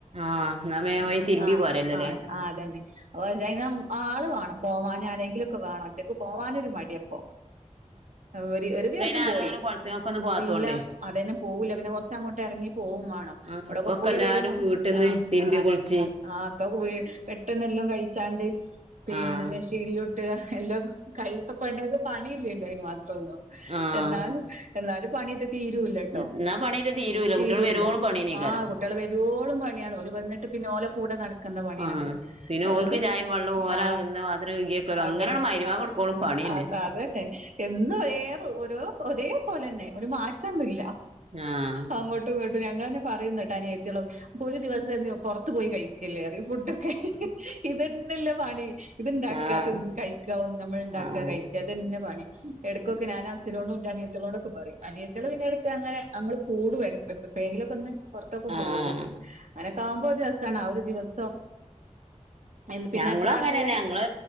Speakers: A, on the right; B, on the right.
A: ആഹ് എന്നാ വേം വഴി തിരുമ്പി
B: ആ
A: പോരല്ലോല്ലേ
B: ആ അതന്നെ. <unintelligible> പക്ഷേ അയിനം ആള് വാണം പോവാനാരെങ്കിലൊക്കെ വേണം ഒറ്റക്ക് പോവാനൊരു മടിയാപ്പോ. ഒര് ഒരു
A: ഇപ്പയിന്
B: ദിവസം
A: ആരും
B: പോയി
A: അങ്ങനെ കൊളത്തിങ്ങക്കൊന്നും പോവാത്തോണ്ടേ
B: ഇല്ല അതന്നെ പോവൂല്ല പിന്നെ കൊറച്ചങ്ങോട്ട് എറങ്ങി പോവും മാണം
A: ആഹ്
B: അവിടൊക്കെ
A: ഇപ്പൊക്കെ
B: പോയി
A: എല്ലാരും
B: വരുമ്പോ
A: വീട്ടിന്ന്
B: ആ്
A: തിരുമ്പി
B: അതന്നെ
A: കുളിച്ച്
B: ആ അപ്പൊ ക <unintelligible> പെട്ടെന്നെല്ലും കഴിച്ചാണ്ട് പിന്നെ
A: ആഹ്
B: മിശീനിലു ട്ട് എല്ലോം കഴി ഇപ്പോ പെണ്ണ്ങ്ങക്ക് പണീല്യല്ലോ അയ്ന് മാത്രൊന്നും
A: ആഹ്
B: എന്നാൽ എന്നാലും തീരുല്ലട്ടോ
A: എന്നാ പണിയൊക്കെ തീരൂല
B: തീരുല്ല
A: കുട്ടികള് വരോളം പണിയന്നേക്കാരം
B: ആ കുട്ടിയള് വെരോളും പണിയാണ് ഓല് വെന്ന്ട്ട് പിന്നെ ഓല കൂടെ നട്ക്ക്ന്ന പണിയാണ്
A: ആഹ് പിന്നെ
B: എല്ലഹ്
A: ഓൽക്ക് ചായേം വെള്ളോം ഓലെ
B: ആ
A: തിന്ന പാത്രം കഴുകി വെക്കലും
B: അതെ
A: അങ്ങനെങ്ങട് മഗ്‌രിബാങ്ക്
B: ആ
A: കൊടുക്കോളം പണിയന്നെ
B: അത അതന്നെ എന്നും ഒരേ <unintelligible> ഒരേ പോലെന്നെ ഒരു മാറ്റൊന്നുല്ല
A: ആഹ്
B: അങ്ങോട്ടും ഇങ്ങട്ടും ഞങ്ങ പറയുന്നട്ടാ അനിയ എത്തിയുള്ള ഒരു ദിവസം പുറത്ത് പോയി കഴിക്കില്ലേറിയും ഫുഡൊക്കെ ഇതന്നെല്ല പണി ഇത്ണ്ടാക്ക
A: ആഹ്
B: കഴിക്ക ഒ നമ്മൾ ഉണ്ടാക്ക
A: ആഹ്
B: കഴിക്കുക തന്നെ പണി ഇടക്കൊക്കെ ഞൻഛനോ ഇന്റെ അനിയത്തിയളോടൊക്കെ പറിം അനിയത്തള് പിന്നെ എട്ക്കങ്ങനെ അങ്ങള് കൂടും ഇപ്പെഴങ്കിലൊക്കൊന്ന് പൊറത്തൊക്കെ
A: ആഹ്
B: പോകും അങ്ങനെക്കെ ആവുമ്പോ ഒരുരസാണ് ആ ഒരു ദിവസം എൻ പിന്നെ
A: ഞങ്ങളും
B: എത്ര
A: അങ്ങനന്നെ
B: ആളാ ഉള്ളേ
A: ഞങ്ങള്